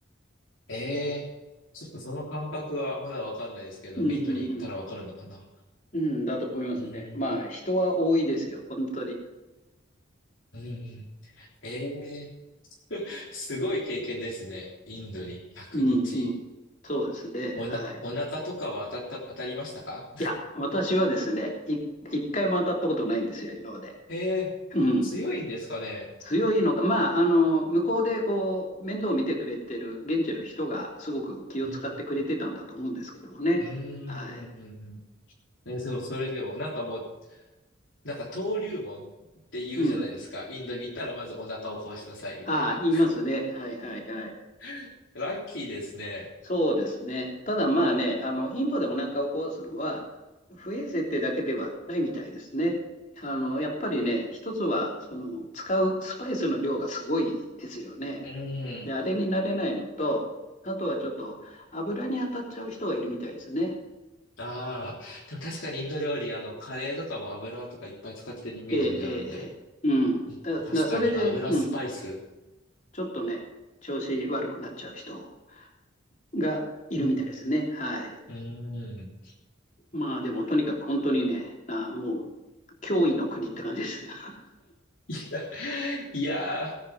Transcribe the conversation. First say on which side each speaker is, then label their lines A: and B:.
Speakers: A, on the left; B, on the left.
A: ええーちょっとその感覚はまだわかんないですけれども、
B: うんうんうん。
A: インドに行ったらわかるのかな。
B: うんだと思いますね。
A: うん、
B: まあ、人は多いですよ、本当に。
A: うん、うん。ええーすごい経験ですね。インドに100日。
B: うんうん。そうですね。
A: おな、
B: はい。
A: お腹とかは当たった、当たりましたか
B: いや、私はですね、い一回も当たったことないんですよ、今まで。
A: ええー強いんですかね。
B: うん。強いのか、まあ、あの、向こうでこう、面倒を見てくれてる現地の人がすごく気を使ってくれてたんだと思うんですけどもね。
A: うん。うーん、
B: はい。
A: うん、うんうん。えでも、それでも、なんかもう、なんか登竜門って言うじゃないですか。
B: うん。
A: インドに行ったらまずお腹を壊しなさい、みたいな。
B: ああ、言いますね。はいはいはい。
A: <laughs> ラッキーですね。
B: そうですね。ただまあね、あの、インドでお腹を壊すのは、不衛生ってだけではないみたいですね。あの、やっぱりね、一つは、その、使うスパイスの量がすごいですよね。
A: うん。
B: で、あれになれないのと、あとはちょっと油に当たっちゃう人がいるみたいですね。
A: ああ、でも確かにインド料理、あの、カレーとかも油とかいっぱい使ってるイメージあるんで、
B: ええ、ええ、ええうん。
A: うん確かに油スパイス。
B: だ、だ、それで、うん、ちょっとね、調子悪くなっちゃう人がいるみたいですね。
A: うん。
B: はい。
A: うん。うん
B: まあでも、とにかく本当にね、な、もう、脅威の国って感じですよね。
A: <laughs> いや